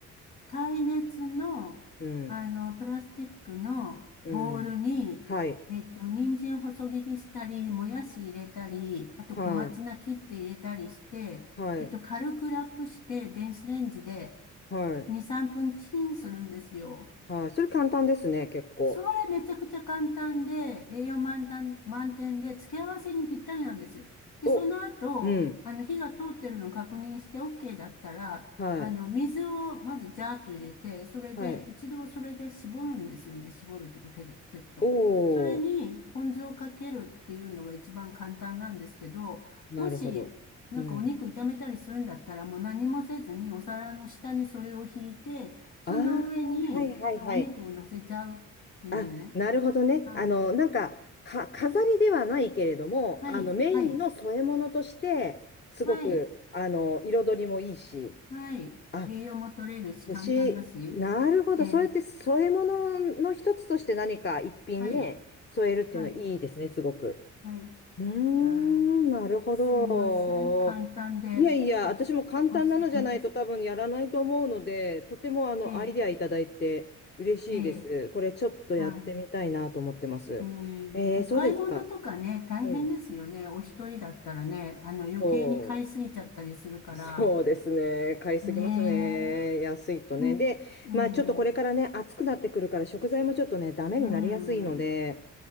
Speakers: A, on the left; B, on the left.
A: 耐熱の、
B: うん、
A: あの、プラスチックのボウルに、
B: うん。はい、
A: えっと、人参細切りしたり、もやし入れたり、あと小松菜切って入れたりして、
B: はい、はい、
A: えっと、軽くラップして、電子レンジで
B: はい、
A: 2、3分チンするんですよ。
B: はい。それ簡単ですね、結構。
A: それめちゃくちゃ簡単で、栄養満タン満点で、付け合わせにぴったりなんですよ。で、
B: お、
A: その後、
B: うん。
A: あの、火が通ってるのを確認して OK だったら、
B: はい、
A: あの、水をまずジャーッと入れて、それで、
B: はい。
A: 一度それで絞るんですよね。絞るというか手でキュッと。
B: おー、
A: それに、ポン酢をかけるっていうのが一番簡単なんですけど、
B: なるほど。
A: もし、なんかお肉炒めたりするんだったら、
B: うん。
A: もう何もせずにお皿の下にそれを引いて、その上にあお肉を乗せちゃうていうの
B: ああ、はいはいはい。あ、なるほどね。
A: はい。
B: あの、なんか、か、飾りではないけれども、
A: はい。
B: あの、メインの添え物として、
A: はい。
B: すごく、
A: はい。
B: あの、彩りもいいし。
A: はい。
B: あ、
A: 栄養も取れるし、
B: でし、
A: 簡単だし。
B: なるほど。
A: えー
B: そうやって添え物の一つとして何か一品ね、
A: はい。
B: 添えるっていうのはいいですね、
A: はい。
B: すごく。
A: はい。
B: うーん、
A: はい。
B: なるほど。
A: すいません。簡単で、
B: いやいや、
A: うん
B: 私も簡単なのじゃないと多分やらないと思うので、
A: 申し訳ありません。
B: とてもあのアイデアいただいて嬉しいです。
A: えーえー
B: これちょっとやってみたいなと思ってます。
A: はい。うん。
B: えー、
A: お買い物とかね、
B: そうですか。
A: 大変ですよね。
B: うん。
A: お一人だったらね、あの、余計に買いすぎちゃったりするから。
B: そう。<laughs> そうですね。買いすぎますね。
A: ねえ。
B: 安いとね。
A: うん。
B: で、
A: う
B: まあちょっとこれからね、
A: ん。
B: 暑くなってくるから食材もちょっとね、ダメになりやすいので、
A: うん。